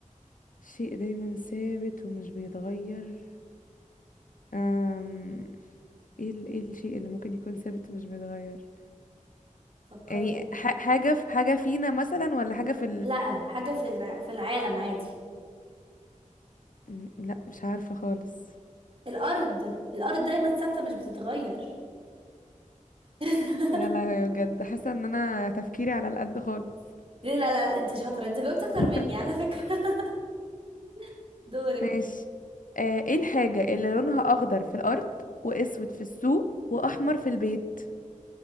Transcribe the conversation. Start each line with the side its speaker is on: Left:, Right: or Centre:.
Left: شيء دايما ثابت ومش بيتغير أم... ايه ال... ايه الشيء اللي ممكن يكون ثابت ومش بيتغير
Right: فكري
Left: يعني ح... حاجة في حاجة فينا مثلا ولا حاجة في
Right: لا حاجة في الع... في العالم عادي
Left: م- لا مش عارفة خالص
Right: الأرض الأرض دايما ثابتة مش بتتغير <laughs>
Left: يا لهوي بجد حاسة ان انا تفكيري على القد خالص
Right: ليه لا لا انت شاطرة انت جاوبت أكتر
Left: <laughs>
Right: مني على فكرة <laughs> دورك
Left: ماشي آه ايه الحاجة اللي لونها اخضر في الارض واسود في السوق واحمر في البيت